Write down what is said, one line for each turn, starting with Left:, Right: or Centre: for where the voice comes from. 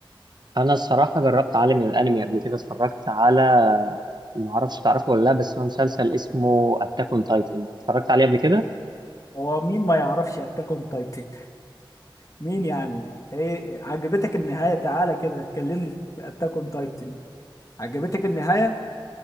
Right: انا الصراحه جربت عالم الانمي قبل كده اتفرجت على ما اعرفش تعرفه ولا لا بس هو مسلسل اسمه اتاك اون تايتن اتفرجت عليه قبل كده
Left: هو مين ما يعرفش أتاك أون تايتن مين يعني إيه عجبتك النهاية تعالى كده كلمني في أتاك أون تايتن عجبتك النهاية؟